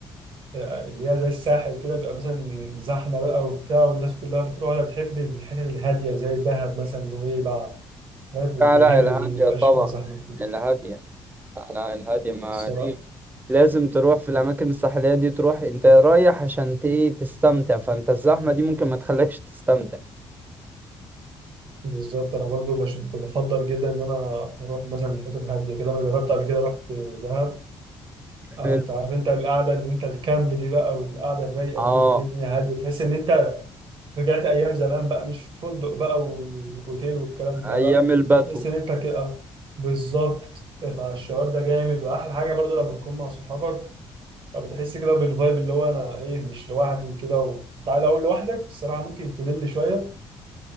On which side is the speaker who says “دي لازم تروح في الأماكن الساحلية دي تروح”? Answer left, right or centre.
Right